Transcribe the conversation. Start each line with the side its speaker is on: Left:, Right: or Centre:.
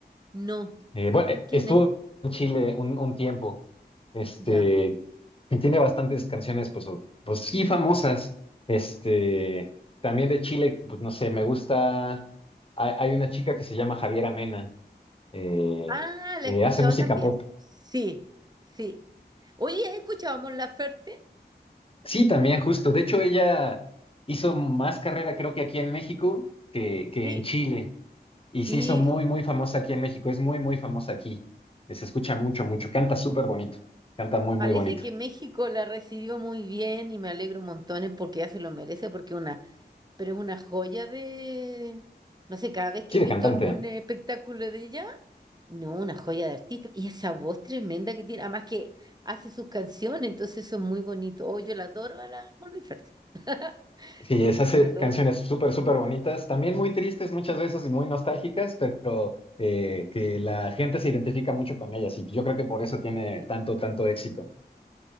Right: No.
Left: Eh, bueno, eh,
Right: ¿Quién
Left: estuvo
Right: es?
Left: en Chile un, un tiempo. Este,
Right: Ya.
Left: y tiene bastantes canciones, pues, o- pues sí, famosas. Este, también de Chile, pues no sé, me gusta. Hay, hay una chica que se llama Javiera Mena, eh,
Right: Ah,
Left: que
Right: la he escuchado
Left: hace música
Right: también.
Left: pop.
Right: Sí, sí. Oye, ¿has escuchado a Mon Laferte?
Left: Sí, también, justo. De hecho, ella hizo más carrera, creo que aquí en México, que, que
Right: Sí,
Left: en Chile. Y
Right: sí.
Left: se hizo muy, muy famosa aquí en México. Es muy, muy famosa aquí. Se escucha mucho, mucho. Canta súper bonito. Canta muy,
Right: Parece
Left: muy bonito.
Right: que México la recibió muy bien y me alegro montones porque ya se lo merece, porque una pero es una joya de, no sé, cada vez que
Left: Sí,
Right: he
Left: de
Right: visto
Left: cantante.
Right: algún eh, espectáculo de ella, no, una joya de artista. Y esa voz tremenda que tiene, además que hace sus canciones, entonces eso es muy bonito. Oh, yo la adoro a la Mon Laferte. <laughs>
Left: Sí, es hace
Right: La adoro.
Left: canciones súper, súper bonitas, también muy tristes muchas veces y muy nostálgicas, pero eh, que la gente se identifica mucho con ellas y yo creo que por eso tiene
Right: Sí.
Left: tanto, tanto éxito.